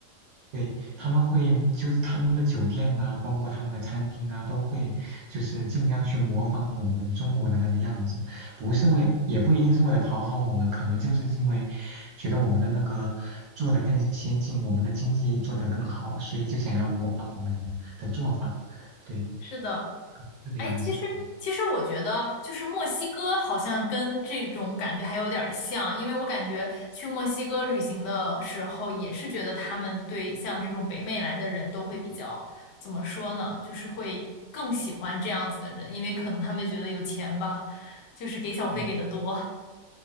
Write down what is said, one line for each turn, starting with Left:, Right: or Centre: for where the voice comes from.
Right: 对，他们会就是他们的酒店啊，包括他们的餐厅啊，都会就是尽量去模仿我们中国的那个样子，不是为，也不一定是为了讨好我们，可能就是因为觉得我们的那个做得更先进，我们的经济做得更好，所以就想要模仿我们的做法，对，
Left: 是的，
Right: 可能是这个样子。
Left: 哎，其实其实我觉得，就是墨西哥好像跟这种感觉还有点儿像，因为我感觉去墨西哥旅行的时候，也是觉得他们对像这种北美来的人都会比较，怎么说呢，就是会更喜欢这样子的人，因为可能他们觉得有钱吧，就是给小费给的多。
Right: 嗯。